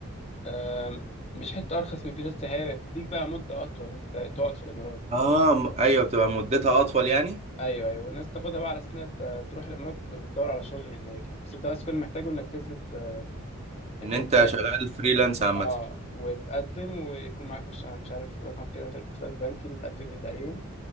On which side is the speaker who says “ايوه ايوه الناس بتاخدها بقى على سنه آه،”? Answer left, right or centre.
Left